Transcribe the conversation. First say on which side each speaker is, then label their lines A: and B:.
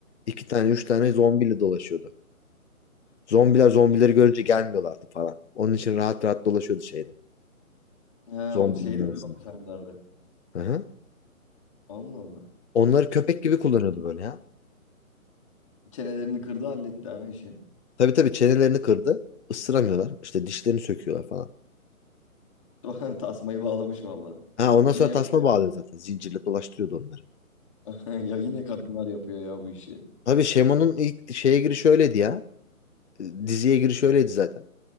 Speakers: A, on the left; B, on the left.
A: İki tane üç tane zombiyle dolaşıyordu. Zombiler zombileri görünce gelmiyorlardı falan. Onun için rahat rahat dolaşıyordu şeyde.
B: He
A: Zombilerin
B: onu şeyde mi
A: arasında.
B: <laughs> zombi sahnelerde?
A: Hı hı.
B: Allah Allah.
A: Onları köpek gibi kullanıyordu böyle ya.
B: Çenelerini kırdı halletti ha işi.
A: Tabii tabii çenelerini kırdı. Isıramıyorlar. İşte dişlerini söküyorlar falan.
B: <laughs> Tasmayı bağlamış vallahi.
A: Ha ondan
B: Yine
A: sonra
B: ya,
A: tasma bağlıyor zaten. Zincirle dolaştırıyordu onları.
B: <laughs> ya yine kadınlar yapıyor ya bu işi.
A: Abi Şemo'nun ilk şeye girişi öyleydi ya. E, Diziye girişi öyleydi zaten.